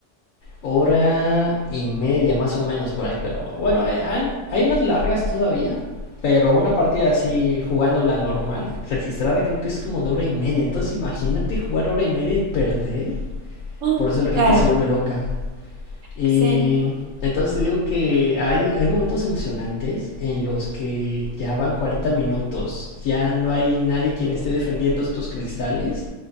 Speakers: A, on the left (about 85°); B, on the right (about 75°).
A: hora y media más o menos por ahí, pero bueno, hay, hay más largas todavía, pero una partida así jugándola normal, registrada creo que es como de hora y media, entonces imagínate jugar hora y media y perder,
B: <gasps> Ah,
A: por eso la
B: Claro,
A: gente se vuelve loca. Y
B: sí,
A: entonces te digo que hay, hay momentos emocionantes en los que ya van 40 minutos, ya no hay nadie quien esté defendiendo estos cristales